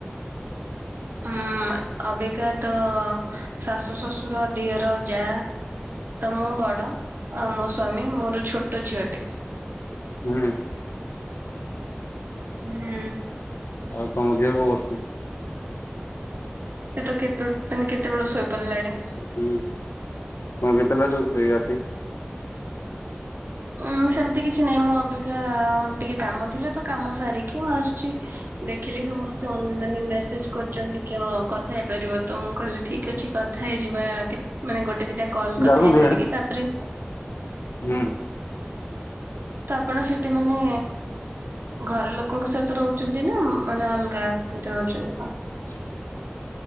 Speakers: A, on the right; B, on the left.
A: ଅଁ ଅବିକା ତ ଶାଶୁ ଶଶୁର ଦିଅର ଯା। ତ ମୁଁ ବଡ। ଆଉ ମୋ ସ୍ଵାମୀ ମୋର ଛୋଟ ଝିଅଟେ।
B: ହୁଁ।
A: ହୁଁ।
B: ଆଉ କଣ ଦିଅର କଣ କରୁସି?
A: ସେ ତ କେତୋ ଟାନେ କେତେବେଳୁ ଶୋଇପଡିଲାଣି।
B: ହୁଁ ତମେ କେତେବେଳେ ଶୋଉଚକି ରାତି?
A: ଉଁ ସେମିତି କିଛି ନାହିଁ। ମୁଁ ଅବିକା ଟିକେ କାମ ଥିଲା ତ କାମ ସାରିକି ମୁଁ ଆସୁଚି। ଦେଖିଲି ସମସ୍ତେ ଅଲନାଇନ ମେସେଜ କରିଚନ୍ତି। କିଅଣ କଥା ହେଇପାରିବ ତ? ମୁଁ କହିଲି ଠିକ ଅଛି କଥା ହେଇଯିବା। କେ ମାନେ ଗୋଟେ ଦିଟା କଲ
B: ଯାଉଛନ୍ତି
A: କଥା ହେଇ ସାରିକି।
B: ଇଆଡେ
A: ତାପରେ
B: ହୁଁ।
A: ତ ଆପଣ ସେଟି ମାନେ ଘର ଲୋକଙ୍କ ସହିତ ରହୁଚନ୍ତି ନା। ମାନେ ଅଲଗା କେମିତି ରହୁଚନ୍ତି କଣ?
B: ଆଛା।